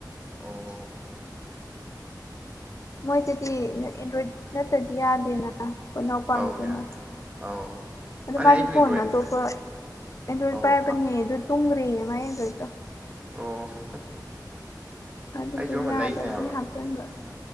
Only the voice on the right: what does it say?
ꯑꯣ
ꯑꯧ ꯌꯥꯗꯦ ꯑꯧ
ꯃꯥꯅꯦ
ꯑꯩꯁꯨ
ꯑꯦꯟꯗ꯭ꯔꯣꯏꯗ
ꯑꯧ
ꯍꯥ-
ꯑꯣꯁ <unintelligible>
ꯑꯩꯖꯨ ꯑꯃ
ꯂꯩꯅꯦ ꯍꯥꯏꯕ
ꯎꯝ